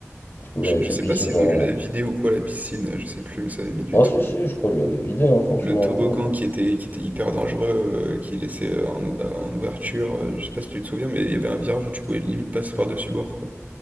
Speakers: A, on the left; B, on the right.
A: Du coup,
B: Je,
A: on avait
B: je
A: plus
B: sais
A: de piscine
B: pas s'ils
A: pendant.
B: ont dû la vider ou quoi, la piscine, je sais plus, mais ça avait mis du
A: Ah,
B: temps.
A: si, si, je crois qu'il l'avait vidé, hein, franchement.
B: Le toboggan qui
A: Je-
B: était, qui était hyper dangereux, euh, qui laissait euh, en, ou- euh, en ouverture, euh, je sais pas si tu te souviens, mais il y avait un virage où tu pouvais limite passer par-dessus bord, quoi.